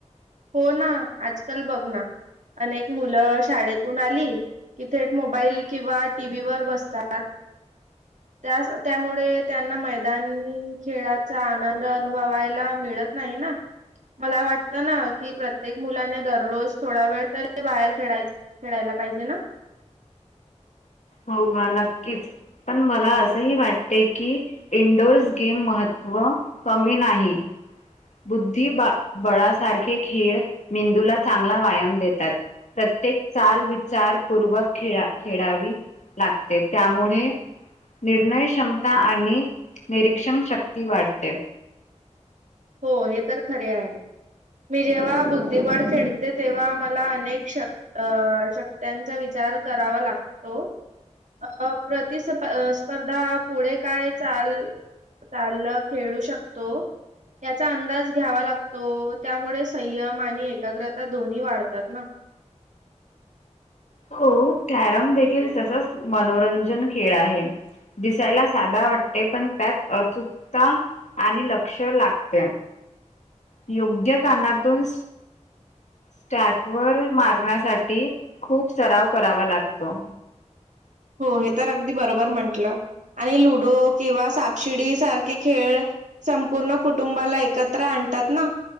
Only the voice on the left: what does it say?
हो गं नक्कीच पण मला असंही वाटते की इंडोर्स गेम महत्त्व कमी नाही बुद्धि ब बळासारखे खेळ मेंदूला चांगला व्यायाम देतात प्रत्येक चाल विचारपूर्वक खेळा खेळावी लागते त्यामुळे निर्णय क्षमता आणि निरीक्षण शक्ती वाढते
हो कॅरम देखील तसच मनोरंजन खेळ आहे दिसायला साध्या वाटते पण त्यात अचुकता आणि लक्ष लागते योग्य कानातून स्टॅक वर मारण्यासाठी खूप सराव करावा लागतो